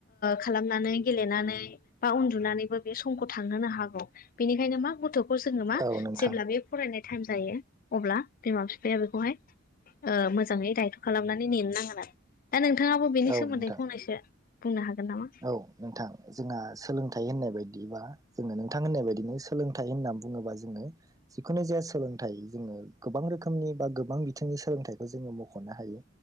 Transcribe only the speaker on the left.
खालाम मेंनानै बा उन्दुनानैबो बे समखौ थांहोनो हागौ बेनिखायनो मा गथ' जोङो मा
जेब्ला बे फरायनाय टाइम जायो अब्ला बिमा बिफाया बेखौहाय मोजाङै दायथ' खालामनानै नेनो नागोन आरो। दा नोंथाङाबो बेनि
सोमोन्दै
फंनैसो बुंनो हागोन। नामा?